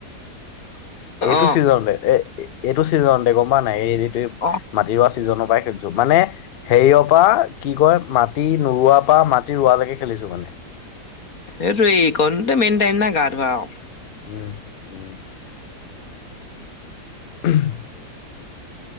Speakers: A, on the left; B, on the left.
A: এইটো
B: অ
A: ছিজনতে এ এইটো ছিজনতে গম প নাই এই যটো
B: অ
A: মাটি চিজনৰ পৰাই খেলিছো মানে হেৰিয়ৰ পৰা কি কয় মাটি নৰুাৰ পৰা মাটি ৰৱালৈকে খেলিছো মানে
B: এই তোৰ এইকনতে মেইন টাইম না গা ধোৱা আৰু।
A: উম, উম। <unintelligible>